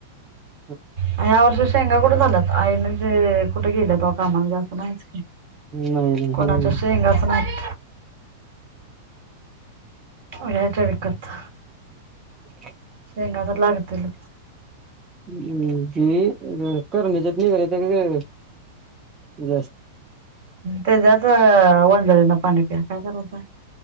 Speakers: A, on the right (about 25°); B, on the right (about 65°).
A: <inaudible>
B: ह्या वर्षी शेंगा कुठे झाल्यात आईने जे कुठे केलं त कामाला जास्त नाहीच की
A: नाही नाही
B: कोणाच्या शेंग असनात याच्या विकत
A: <unintelligible>
B: <unintelligible> लागतल
A: ह् की करण्याच्यात निघ जास्त
B: त्याच्याच वन झाली ना पाणी पिया काय करायचं